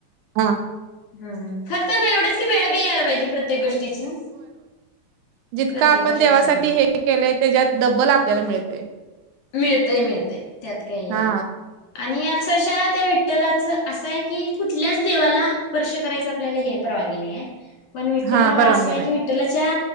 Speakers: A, on the right (about 85°); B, on the left (about 65°).
A: हा..
B: हम्म्म फक्त एवढच की, वेळ बी यायला पाहिजे प्रत्येक गोष्टीची.
A: जितका
B: प्रत्येक
A: आपण
B: गोष्टीची
A: देवासाठी हे केलंय त्याच्यात डब्बल आपल्याला मिळते.
B: मिळतय मिळतय त्यात काही
A: हा
B: नाही आणि अक्षरशः त्या विठ्ठलाच असं आहे की कुठल्याच देवाला स्पर्श करायचं आपल्याला हे नाही परवागी नाहीय. पण विठ्ठलाला
A: हा परवानगी
B: असं आहे
A: नाही
B: की विठ्ठलाच्या